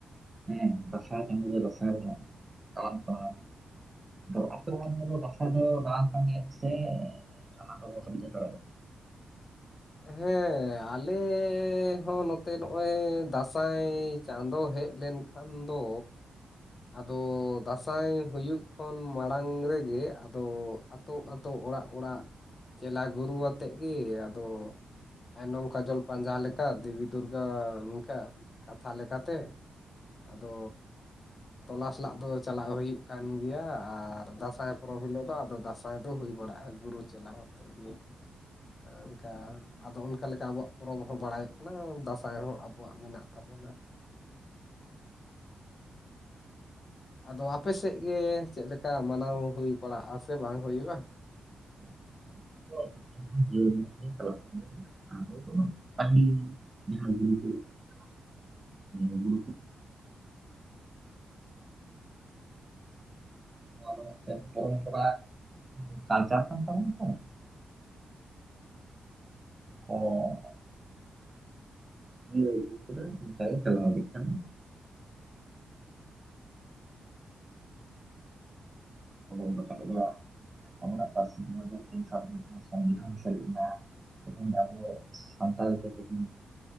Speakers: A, on the right (about 20°); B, on the left (about 40°).
A: ᱦᱮᱸ ᱫᱟᱸᱥᱟᱭ ᱪᱟᱸᱫᱩ ᱨᱮ ᱫᱟᱸᱥᱟᱭ ᱵᱚᱝᱜᱟ <unintelligible> ᱟᱫᱚ ᱟᱯᱮᱫᱚ ᱫᱟᱸᱥᱟᱭ ᱫᱚ ᱵᱟᱝ ᱠᱚ ᱮᱱᱮᱡ ᱜᱮᱭᱟ ᱥᱮ ᱞᱟᱦᱟ ᱫᱚᱠᱚ <unintelligible>
B: ᱦᱮᱸ ᱟᱞᱮ ᱦᱚᱸ ᱱᱚᱛᱮ ᱱᱚᱜᱼᱚᱭ ᱫᱟᱸᱥᱟᱭ ᱪᱟᱸᱫᱚ ᱦᱮᱡ ᱞᱮᱱᱠᱷᱟᱱ ᱫᱚ ᱟᱫᱚ ᱫᱟᱸᱥᱟᱭ ᱦᱩᱭᱩᱜ ᱠᱷᱚᱱ ᱢᱟᱲᱟᱝ ᱨᱮᱜᱮ ᱟᱫᱚ ᱟᱹᱛᱩ ᱟᱹᱛᱩ ᱚᱲᱟᱜ ᱚᱲᱟᱜ ᱪᱮᱞᱟ ᱜᱩᱨᱩ ᱟᱛᱮᱫ ᱜᱮ ᱟᱫᱚ ᱟᱭᱱᱚᱢ ᱠᱟᱡᱚᱞ ᱯᱟᱸᱡᱟ ᱞᱮᱠᱟ ᱫᱮᱵᱤ ᱫᱩᱨᱜᱟ ᱱᱚᱝᱠᱟ ᱠᱟᱛᱷᱟ ᱞᱮᱠᱟᱛᱮ ᱟᱫᱚ ᱚᱱᱟ ᱥᱟᱞᱟᱜ ᱫᱚ ᱪᱟᱞᱟᱜ ᱦᱩᱭᱩᱜ ᱠᱟᱱ ᱜᱮᱭᱟ ᱟᱨ ᱫᱟᱸᱥᱟᱭ ᱯᱚᱨᱚᱵᱽ ᱦᱤᱞᱟ. ᱜ ᱫᱚ ᱫᱟᱸᱥᱟᱭ ᱫᱚ ᱦᱩᱭ ᱵᱟᱲᱟᱜᱼᱟ ᱜᱩᱨᱩ ᱪᱮᱞᱟᱣ ᱟᱛᱮᱫ ᱜᱮ ᱚᱱᱠᱟ, ᱟᱫᱚ ᱚᱱᱠᱟ ᱞᱮᱠᱟ ᱟᱵᱚᱣᱟᱜ ᱯᱚᱨᱚᱵᱽ ᱦᱚᱸ ᱵᱟᱲᱟᱭᱚᱜ ᱠᱟᱱᱟ ᱫᱟᱸᱥᱟᱭ ᱦᱚᱸ ᱟᱵᱚᱣᱟᱜ ᱢᱮᱱᱟᱜ ᱛᱟᱵᱚᱱᱟ᱾ ᱟᱫᱚ ᱟᱯᱮ ᱥᱮᱫ ᱜᱮ ᱪᱮ ᱪᱮᱫ ᱞᱮᱠᱟ ᱢᱟᱱᱟᱣ ᱦᱩᱭ ᱵᱟᱲᱟᱜᱼᱟ ᱥᱮ ᱵᱟᱝ ᱦᱩᱭᱩᱜᱼᱟ?
A: <unintelligible> ᱯᱟᱹᱦᱤᱞ ᱡᱟᱦᱟᱸ ᱜᱩᱨᱩ ᱠᱚ ᱛᱟᱦᱮᱸ ᱠᱟᱱᱟ <unintelligible> <unintelligible> ᱱᱚᱣᱟ ᱫᱚ ᱢᱤᱫᱴᱮᱱ ᱯᱚᱨᱚᱢᱯᱚᱨᱟ ᱠᱟᱞᱪᱟᱨ ᱠᱟᱱ ᱛᱟᱵᱚᱱᱟ ᱛᱚ <unintelligible> <unintelligible> ᱡᱤᱭᱟᱹᱲ ᱟᱹᱜᱩ ᱠᱟᱫᱟ ᱚᱱᱠᱟᱜᱮ ᱪᱟᱞᱟᱣ ᱤᱫᱤᱜ ᱠᱟᱱᱟ <unintelligible> ᱟᱵᱚᱱᱟᱜ ᱯᱟᱹᱨᱥᱤ ᱫᱩ ᱦᱟᱡᱟᱨ ᱛᱤᱱ ᱥᱟᱞᱨᱮ ᱡᱟᱦᱟᱸ ᱥᱚᱝᱵᱤᱫᱷᱟᱱ ᱥᱮᱞᱮᱫ ᱮᱱᱟ <unintelligible> ᱛᱮᱦᱮᱧ ᱫᱚ ᱟᱵᱚ ᱥᱟᱱᱛᱟ ᱞᱮᱠᱟ ᱛᱮᱦᱮᱧ <unintelligible>